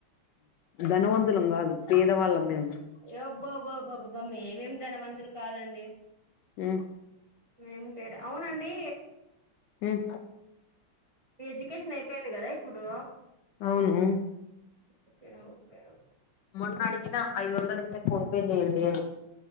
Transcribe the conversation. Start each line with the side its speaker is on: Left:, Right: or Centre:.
Left: ధనవంతులం కాదు పేదవాళ్ళ మేము
Right: ఏ ఒబ్బోబ్బోబ్బబబ్బామేమేమి ధనవంతులు కాదండి
Left: ఊ
Right: ఏమింటేద అవునండి
Left: ఉమ్
Right: మీ ఎడ్యుకేషన్ అయిపోయింది కదా ఇప్పుడు
Left: అవును ఉమ్,
Right: ఓకేరా ఓకేరా
Left: మొన్న అడిగిన ఐదువందలుంటే ఫోన్పే చేయండి అని